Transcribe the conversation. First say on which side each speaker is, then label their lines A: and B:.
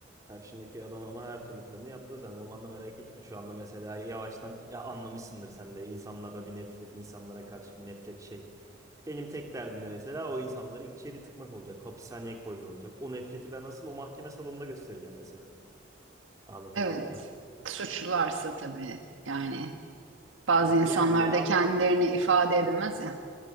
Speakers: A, on the right (about 15°); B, on the right (about 80°).
A: Karşındaki adam ama her türlü planı yaptı. Sen zamanla merak etme. Şu anda mesela yavaştan ya anlamışsındır sen de insanlara bir nefret, insanlara karşı bir nefret şey. Benim tek derdim de mesela o insanları içeri tıkmak olacak. Hapishaneye koymuyor olacak. O nefreti ben asıl o mahkeme salonunda göstereceğim mesela. Anlatabildim
B: Evet.
A: mi?
B: Suçlularsa tabii yani bazı
A: Yani
B: insanlar
A: avukatlık
B: da kendilerini ifade edemez ya.